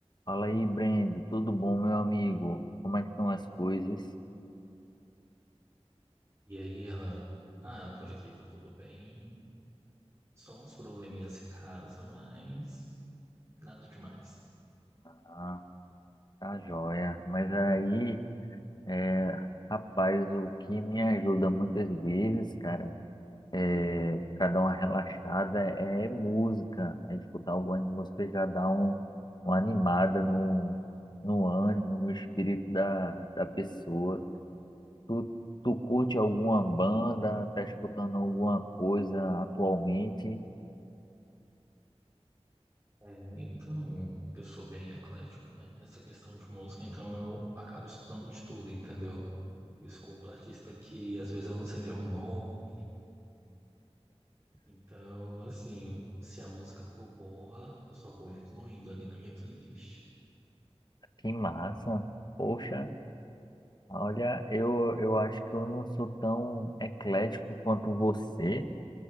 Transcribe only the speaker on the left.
Fala aí, Brendo. Tudo bom, meu amigo? Como é que estão as coisas?
Ah, tá joia. Mas aí, é, rapaz, o que me ajuda muitas vezes, cara, é, pra dar uma relaxada é música. A escutar alguma música já dá um, uma animada no, no ânimo, no espírito da, da pessoa. Tu, tu curte alguma banda? Tá escutando alguma coisa atualmente?
Que massa! Poxa. Olha, eu, eu acho que eu não sou tão eclético quanto você,